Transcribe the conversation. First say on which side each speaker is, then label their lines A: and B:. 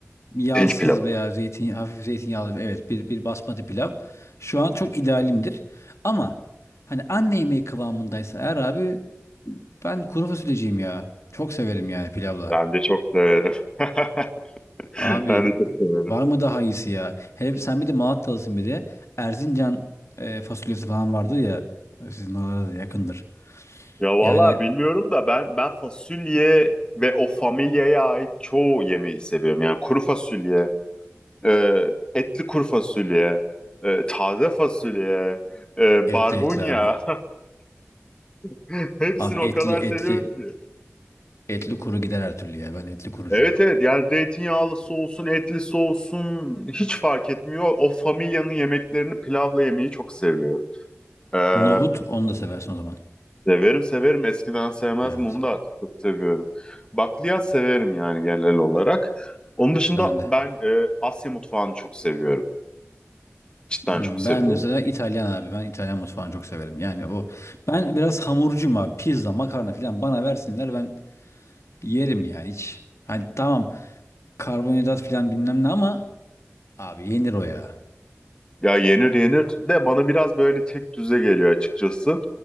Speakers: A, on the left; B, on the left.
A: yağsız
B: Pirinç pilavı.
A: veya zeytin hafif zeytinyağlı evet bir bir basmati pilav şu an çok idealimdir ama hani anne yemeği kıvamındaysa eğer abi ben kuru fasulyeciyim ya. Çok severim yani pilavla.
B: Ben de çok severim. <laughs>
A: Abi
B: Ben de çok severim.
A: var mı daha iyisi ya? Hele bir- sen bir de Malatyalısın bir de. Erzincan e, fasulyesi falan vardı ya. Sizin oralara da yakındır.
B: Ya vallahi
A: Yani
B: bilmiyorum da ben ben fasulye ve o familyaya ait çoğu yemeği seviyorum. Yani kuru fasulye, e, etli kuru fasulye, e, taze fasulye, e,
A: etli
B: barbunya.
A: etli abi.
B: <laughs> Hepsini
A: Abi
B: o
A: etli
B: kadar seviyorum
A: etli
B: ki.
A: etli kuru gider her türlü ya. Ben etli kurucuyum.
B: Evet evet yani zeytinyağlısı olsun, etlisi olsun hiç fark etmiyor. O familyanın yemeklerini pilavla yemeyi çok seviyorum. Ee,
A: Nohut onu da seversin o zaman.
B: Severim severim. Eskiden sevmezdim
A: Evet.
B: onu da artık çok seviyorum. Bakliyat severim yani genel olarak. Onun dışında
A: Ben de.
B: ben e, Asya mutfağını çok seviyorum. Cidden
A: Hmm,
B: çok seviyorum.
A: Ben mesela İtalyan abi. Ben İtalyan mutfağını çok severim. Yani o ben biraz hamurcuyum abi. Pizza, makarna falan bana versinler ben Yerim ya hiç. Hani tamam karbonhidrat filan bilmem ne ama abi yenir o ya.
B: Ya yenir yenir de bana biraz böyle tek düze geliyor açıkçası.